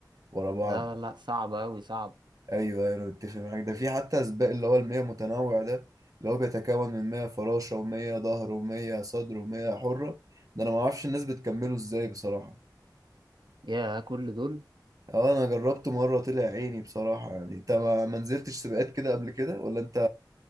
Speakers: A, on the right; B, on the right.
A: ورا بعض
B: لا لا صعب أوي صعب
A: ايوه ايوه انا متفق معاك ده في حتى سباق اللي هو المية متنوع ده اللي هو بيتكون من 100 فراشة و100 ظهر و100 صدر و100 حرة ده انا ما اعرفش الناس بتكمله ازاي بصراحة
B: يا كل دول
A: اه انا جربته مرة طلع عيني بصراحة يعني انت ما ما نزلتش سباقات كده قبل كده ولا انت